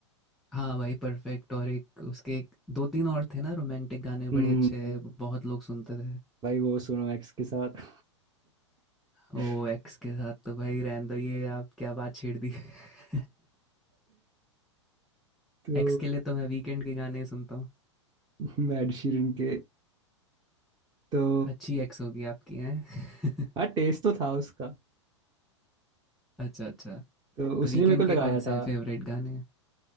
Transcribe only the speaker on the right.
हम्म
भाई वो सुनो एक्स के साथ <laughs>
तो
मैं एड शीरन के तो
हाँ टेस्ट तो था उसका
तो
उसने
मेरे को लगाया
था